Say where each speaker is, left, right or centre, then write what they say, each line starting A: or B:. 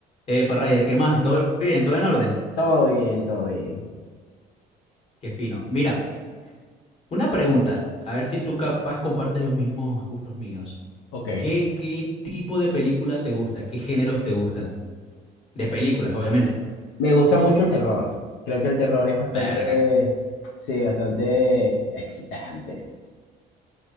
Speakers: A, on the left (about 35°); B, on the left (about 80°).
A: Epa, Ryder, ¿qué más? ¿Todo bien? ¿Todo en orden?
B: Todo bien, todo bien.
A: Qué fino. Mira, una pregunta, a ver si tú capaz compartes los mismos gustos míos.
B: Ok,
A: ¿Qué, qué tipo de película te gusta? ¿Qué géneros te gustan? De películas, obviamente.
B: Me gusta mucho el terror. Creo que el terror es bastante,
A: Verga.
B: sí, bastante excitante.